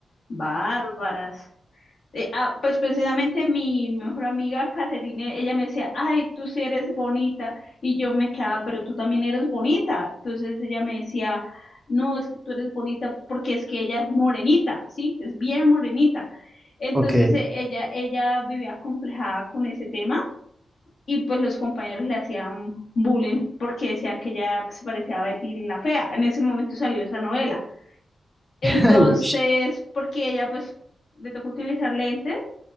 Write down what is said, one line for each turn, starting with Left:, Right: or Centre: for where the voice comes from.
Left: bárbaras eh, ah, pues precisamente mi mejor amiga Caterine, ella me decía, ay, tú sí eres bonita, y yo me quedaba, pero tú también eres bonita. Entonces ella me decía, no, es que tú eres bonita porque es que ella es morenita, ¿sí? Es bien morenita. Entonces
Centre: Ok.
Left: eh, ella, ella vivía complejada con ese tema y pues los compañeros le hacían bullying porque decían que ella se parecía a Betty la Fea. En ese momento salió esa novela. Entonces,
Centre: <laughs> Ush,
Left: porque ella pues le tocó utilizar lentes,